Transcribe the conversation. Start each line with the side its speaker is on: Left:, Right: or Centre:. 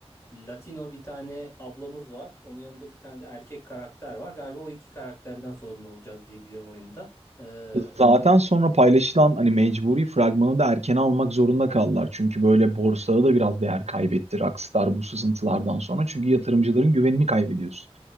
Left: Latino bir tane ablamız var. Onun yanında bir tane de erkek karakter var. Galiba o iki karakterden sorumlu olacağız diye biliyorum oyunda. Ee,
Right: Zaten sonra paylaşılan hani mecburi fragmanı da erken almak zorunda kaldılar. Çünkü böyle borsada da biraz değer kaybetti Rockstar bu sızıntılardan sonra. Çünkü yatırımcıların güvenini kaybediyorsun.